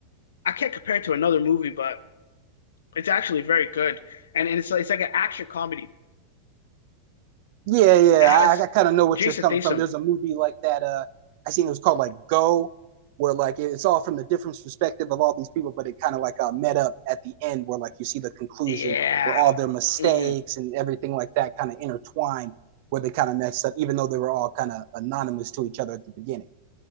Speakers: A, on the left; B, on the right.
A: I can't compare it to another movie, but it's actually very good. And, and it's it's like an action comedy.
B: Yeah, yeah.
A: It has
B: I, I kind of know what
A: Jason
B: you're coming
A: Statham.
B: from. There's a movie like that. Uh, I seen it was called like Go, where like it's all from the different perspective of all these people, but it kind of like uh, met up at the end where like you see the conclusion
A: Yeah.
B: where all their mistakes
A: hmm
B: and everything like that kind of intertwined, where they kind of messed up, even though they were all kind of anonymous to each other at the beginning.